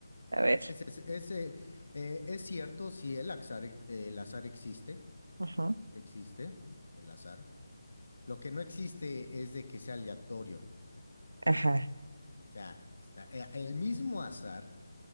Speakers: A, on the right; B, on the left.
A: a ver.
B: Ese, ese, ese, eh, eh, es cierto si el azar, el azar existe,
A: ujú,
B: Sí existe el azar. Lo que no existe es de que sea aleatorio. O
A: Ajá,
B: sea, está, eh, el mismo azar,